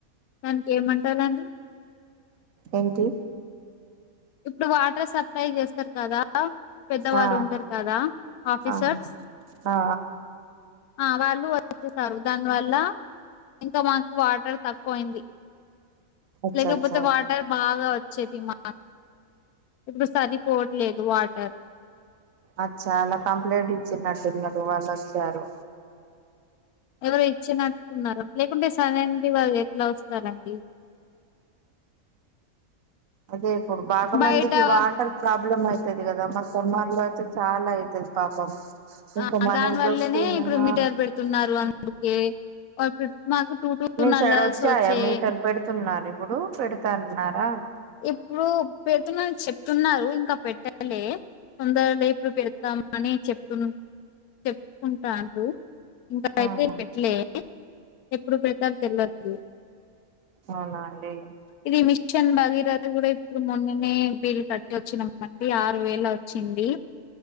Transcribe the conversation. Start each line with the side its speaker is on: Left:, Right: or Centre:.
Left: దానికి ఏమంటారండి.
Right: ఏంటి
Left: ఇప్పుడు వాటర్ స ట్రై చేస్తారు కదా పెద్దవాళ్ళు
Right: ఆ
Left: ఉంటరు కదా ఆఫీసర్స్
Right: ఆ ఆ ఆ
Left: ఆ వాళ్ళు వచ్చే సారు దాన్ని వల్ల ఇంకా మాకు వాటర్ తక్కువయింది
Right: అచ్చ
Left: లేకపోతే
Right: అచ్చా
Left: వాటర్ బాగా వచ్చేది మా ఇప్పుడు సరిపోవట్లేదు వాటర్
Right: అచ్చ అలా కంప్లైంట్ ఇచ్చినట్టు నాకు వాళ్ళు వచ్చారు
Left: ఎవరు ఇచ్చినట్టున్నారు లేకుంటే సరే అండి వారు ఎట్లా వస్తారండి
Right: అదే ఇప్పుడు బాగా
Left: బయట
Right: మందికి వాటర్ ప్రాబ్ల ప్రాబ్లమ్ అయితది కదా మా సమ్మర్లో అయితే చాలా అయితది పాపం ఇంకా
Left: ఆ
Right: మనకు
Left: దాని వల్లనే
Right: దొరికితే
Left: ఇప్పుడు
Right: ఆ
Left: మీఠర్ పెడుతున్నారు అందుకే ఇప్పుడు మాకు టూ టూ
Right: మీ
Left: నల్లాస్
Right: సైడ్ వచ్చాయా
Left: వచ్చాయి.
Right: మీటర్లు పెడుతున్నారు ఇప్పుడు పెడతాన్నారా
Left: ఇప్పుడు పెడుతున్నానని చెప్తున్నారు ఇంకా పెట్టాలె తొందర లేేపుడు పెడతామని చెప్తు చెప్పుకుంటారు ఇంకాయితే
Right: ఆహా
Left: పెట్లే ఇప్పుడు ప్రతాప్ కెల్లదు
Right: అవునా అండి
Left: ఇది మిషన్ బాగ కద కూడా ఇప్పుడు మొన్ననే బిల్ కట్టి వచ్చినం అండి ఆరు వేల వచ్చింది